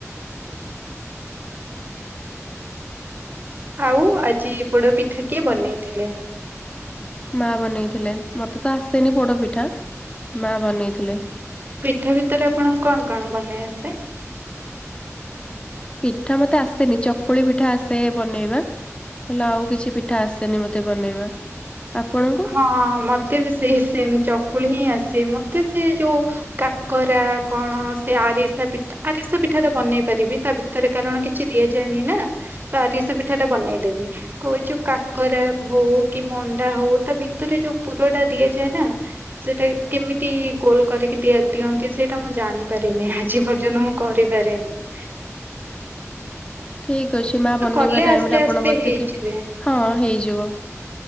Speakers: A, on the right; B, on the left.
A: ଆଉ ଆଜି ପୋଡ ପିଠା କିଏ ବନେଇଥିଲେ?
B: ମା ବନେଇଥିଲେ ମତେ ତ ଆସେନି ପୋଡ ପିଠା ମା ବନେଇଥିଲେ।
A: ପିଠା ଭିତରେ ଆପଣଙ୍କୁ କଣ କଣ ବନେଇ ଆସେ?
B: ପିଠା ମତେ ଆସେନି ଚକୁଳି ପିଠା ଆସେ ବନେଇବା। ହେଲେ ଆଉ କିଛି ପିଠା ଆସେନି ମତେ ବନେଇବା ଆପଣ
A: ହଁ ମତେ ବି ସେଇ ସେମ ଚକୁଳି ହିଁ ଆସେ ମତେ ସେ ଯୋଉ କାକରା କଣ ସେ ଆରିସା ପି ଆରିଶା ପିଠାଟା ବନେଇ ପାରିବି ତା ଭିତରେ କାରଣ କିଛି ଦିଆ ଯାଏନି ନା। ଆରିସା ପିଠା ଟା ବନେଇ ଦେବି କହୁଚୁ କାକରା ହଉ କି ମଣ୍ଡା ହଉ ତା ଭିତରେ ଯୋଉ ପୁର ଟା ଦିଆଯାଏ ନା ସେଇଟା କେମିତି ଗୋଲ କରିକିି ଦିଆ ଦିଅନ୍ତି ସେଇଟା ମୁଁ ଜାଣିପାରିନି ଆଜି ପର୍ଯ୍ୟନ୍ତ ମୁଁ କରିପାରେନି। ହ <inaudible>
B: ଠିକ ଅଛି ମା ବନେଇବା
A: କଲେ
B: ଟାଇମ
A: ଆସ୍ତେ
B: ରେ ଆପଣ
A: ଆସ୍ତେ
B: ବସିକି
A: ହେଇଯିବେ
B: ହଁ ହେଇଯିବ।